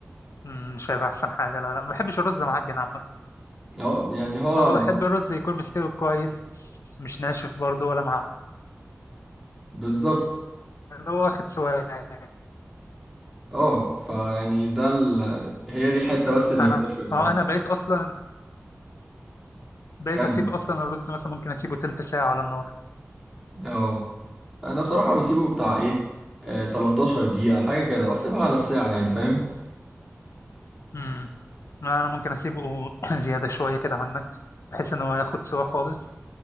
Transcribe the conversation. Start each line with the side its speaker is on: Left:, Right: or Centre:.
Left: مم، مش هيبقى احسن حاجه لا لا ما بحبش الرز معجن عامه
Centre: اه يعني هو
Left: اه بحب الرز يكون مستوي كويس مش ناشف برضو ولا معجن
Centre: بالظبط
Left: اللي هو واخد سواء
Centre: اه فيعني ده ال... هي دي الحتة بس اللي
Left: انا
Centre: بتفرق بصراحة
Left: اه انا بقيت اصلا بقيت
Centre: كمل
Left: اسيب اصلا الرز مثلا ممكن اسيبه تلت ساعه على النار
Centre: اه انا بصراحة بسيبه بتاع ايه آه 13 دقيقة حاجة كده بحسبها على الساعة يعني فاهم
Left: امم انا ممكن اسيبه <clears throat> زياده شويه كده عنك بحيث ان هو ياخد سوا خالص